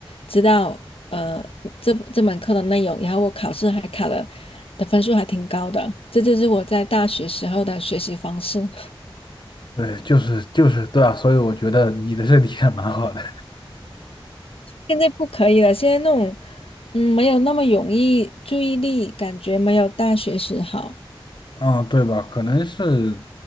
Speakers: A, on the left; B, on the left.
A: 知道呃这这门课的内容，然后我考试还考了的分数还挺高的。这就是我在大学时候的学习方式。
B: 对，就是就是，对啊，所以我觉得你的身体也蛮好的。
A: 现在不可以了，现在那种，嗯，没有那么容易，注意力感觉没有大学时好，
B: 嗯，对吧？可能是，